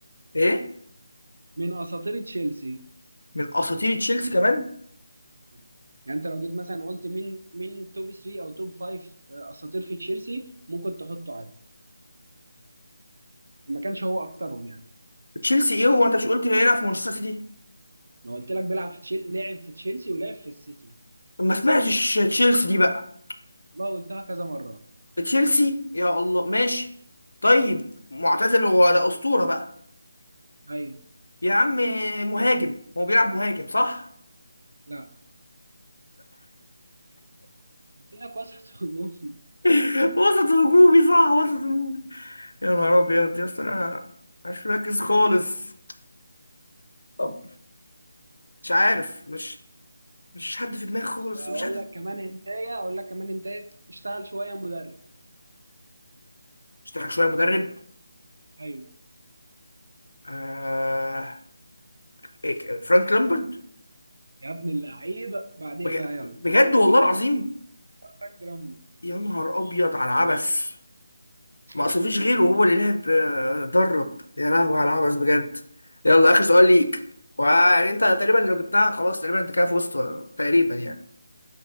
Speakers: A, on the left; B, on the right.
A: ايه
B: من اساطير تشيلسي
A: من اساطير تشيلسي كمان
B: مم. يعني انت لو جيت مثلا قلت مين مين توب 3 او توب 5 اساطير في تشيلسي ممكن تحطه عادي ما كانش هو اكترهم يعني
A: تشيلسي ايه هو انت مش قلت بيلعب في مانشستر سيتي
B: ما قلت لك بيلعب في تشيل لعب في تشيلسي ولعب في السيتي
A: طب ما سمعتش تشيلسي دي بقى
B: والله قلتها كذا مره
A: تشيلسي يا الله ماشي طيب معتزل هو ده اسطوره بقى
B: ايوه
A: يا عم مهاجم هو بيلعب مهاجم صح
B: لا قلت لك وسط هجوم
A: <laughs> وسط هجومي صح وسط هجومي يا نهار ابيض يا اسطى انا مش مركز خالص طب مش عارف مش مش حد في دماغي خالص
B: واقول
A: مفيش حد
B: لك كمان هنتايه اقول لك كمان هنتايه اشتغل شويه مدرب
A: اشتغل شويه مدرب
B: ايوه
A: آه... إيه ك- فرانك لامبرد
B: يا ابن اللعيبه بعد ايه
A: بج...
B: بقى يلا
A: بجد والله العظيم
B: سجل امك
A: يا نهار ابيض على العبث
B: <laughs>
A: ما اصل مفيش غيره هو اللي لعب آه، درب يا لهوي على العبث بجد يلا اخر سؤال ليك ويعني انت تقريبا لو جبتها خلاص تقريبا انت كده فزت آه، تقريبا يعني